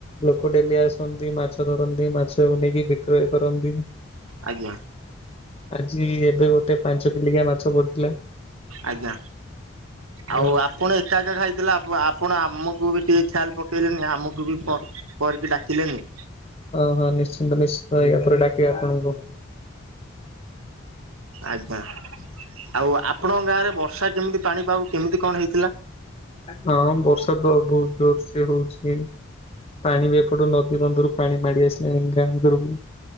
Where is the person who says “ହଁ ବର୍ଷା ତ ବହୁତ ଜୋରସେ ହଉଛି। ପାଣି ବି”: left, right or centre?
Left